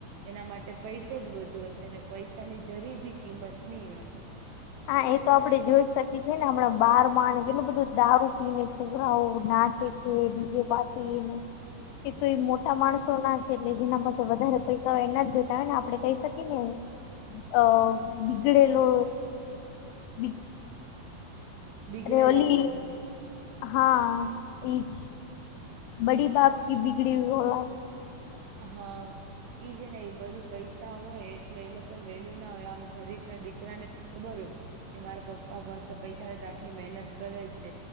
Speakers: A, on the right; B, on the left.
A: એના માટે પૈસો જ બધુ હશે ને પૈસાની જરી ભી કિંમત ની હોય.
B: હા એ તો આપડે જોઈ જ શકીએ છીએ ને હમણાં બારમાં ને કેટલું બધું દારૂ પીને જ છોકરાઓ નાચે છે, ડીજે પાટ ટીને એ તો એ મોટા માણસોના જ એટલે જેના પાસ સે વધારે પૈસા હોય એના જ બેટા હોય ને આપડે કહી શકીને એવું. અ બીગડેલો <inaudible>
A: બિગડેલા
B: અરે ઓલી
A: હોય છે
B: હા ઈજ. બડી બાપ કી બિગડી હુઈ ઓલાદ.
A: હા જે ન એ બધું. પૈસા હોય એટલે એ લોકો વેલ્યુ ના હોય આમ ગરીબ ના દીકરાને ખબર હોય. કે મારા પપ્પા પાસે પૈસા ને તો આટલી મહેનત કરે છે.